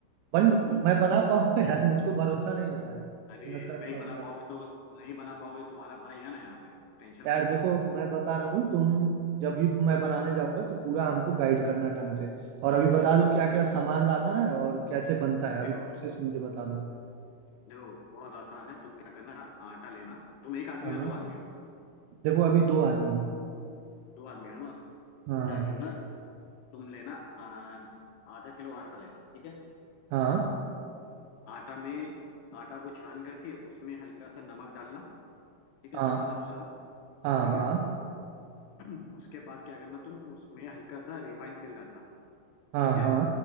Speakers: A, on the right; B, on the left.
A: बन
B: <laughs> हम्म,
A: मैं बना पाऊंगा यार मुझको भरोसा नहीं होता है कि
B: अरे
A: मैं कर
B: नहीं
A: पाऊंगा
B: बना पाओगे तो नहीं बना पाओगे तो तुम्हारा भाई है ना यहाँ पे टेंशन
A: यार
B: मत लो
A: देखो
B: एकदम
A: मैं बता रहा हूँ तुम जब भी मैं बनाने जाऊंगा तो पूरा हमको गाइड करना ढंग से और अभी बता
B: अरे बिल्कुल
A: दो क्या
B: बिल्कुल
A: क्या सामान लाना है और कैसे बनता है अभी
B: देखो
A: प्रोसेस मुझे बता दो
B: देखो बहुत आसान है तुम क्या करना आटा लेना तुम एक आदमी
A: हाँ
B: हो दो आदमी हो
A: देखो अभी दो आदमी हैं।
B: दो आदमी हो ना
A: हाँ
B: तुम क्या करना तुम लेना आ, आधा किलो आटा लेना ठीक है
A: हाँ
B: आटा में आटा को छान करके उसमें हल्का सा नमक डालना ठीक है
A: हाँ
B: स्वाद अनुसार ठीक
A: हाँ हाँ
B: है <clears throat> उसके बाद क्या करना तुम उसमें हल्का सा रिफाइंड तेल डालना
A: हाँ
B: ठीक है
A: हाँ